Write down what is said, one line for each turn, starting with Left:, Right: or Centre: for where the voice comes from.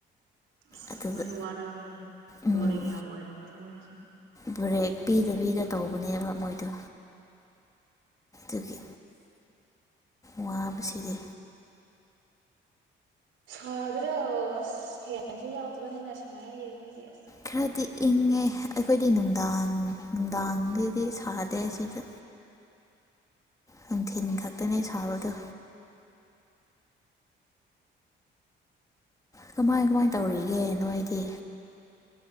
Right: ꯏꯁ
Left: ꯑꯗꯨꯒ
Right: ꯃꯣꯏꯁꯨ ꯋꯥꯔꯝꯒꯅꯤ
Left: ꯎꯝ
Right: ꯕꯣꯔꯤꯡ ꯌꯥꯝ ꯑꯣꯏꯔꯝꯒꯅꯤ ꯃꯣꯏ
Left: ꯕ꯭ꯔꯦꯛ ꯄꯤꯗ ꯄꯤꯗ ꯇꯧꯕꯅꯦꯕ ꯃꯣꯏꯗꯣ ꯑꯗꯨꯗꯒꯤ ꯋꯥꯕꯁꯤꯗꯤ
Right: ꯁꯥꯗ꯭ꯔꯣ ꯑꯁ ꯐꯦꯡꯁꯨ ꯌꯥꯎꯗꯕꯅꯤꯅ ꯁꯥꯏꯌꯦ ꯐꯗꯤꯁ
Left: ꯈꯔꯗꯤ ꯏꯪꯉꯦ ꯑꯩꯈꯣꯏꯗꯤ ꯅꯨꯡꯗꯥꯡ ꯅꯨꯡꯗꯥꯡꯗꯗꯤ ꯁꯥꯗꯦ ꯁꯤꯗ ꯅꯨꯡꯊꯤꯜ ꯈꯛꯇꯅꯦ ꯁꯥꯕꯗꯣ ꯀꯃꯥꯏ ꯀꯃꯥꯏ ꯇꯧꯔꯤꯒꯦ ꯅꯣꯏ ꯎ